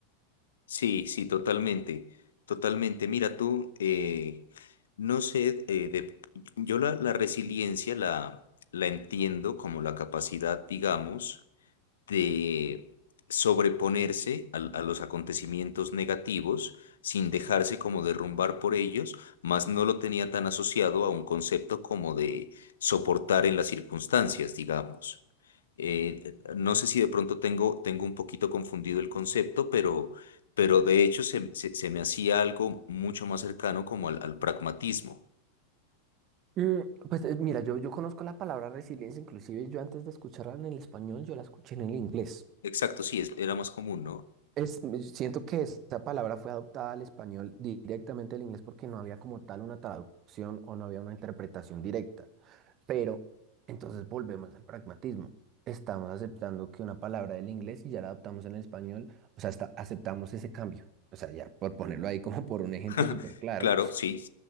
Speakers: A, on the left (about 65°); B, on the right (about 35°).
A: Sí, sí, totalmente, totalmente. Mira, tú, eh, no sé, eh, de- yo la, la resiliencia la, la entiendo como la capacidad, digamos de sobreponerse al- a, los acontecimientos negativos sin dejarse como derrumbar por ellos, mas no lo tenía tan asociado a un concepto como de soportar en las circunstancias, digamos. Eh, no sé si de pronto tengo, tengo un poquito confundido el concepto, pero, pero de hecho se, se- se me hacía algo mucho más cercano como al, al pragmatismo.
B: Mm, Pues eh, mira, yo, yo conozco la palabra resiliencia, inclusive yo antes de escucharla en el español, yo la escuché en el inglés.
A: Exacto, sí, es- era más común, ¿no?
B: Es, me- siento que esta palabra fue adoptada al español directamente al inglés porque no había como tal una traducción o no había una interpretación directa. Pero entonces volvemos al pragmatismo. Estamos aceptando que una palabra del inglés y ya la adaptamos en el español, o sea, hasta aceptamos ese cambio. O sea, ya por ponerlo ahí como por un ejemplo
A: <laughs>
B: súper claro.
A: Claro, sí,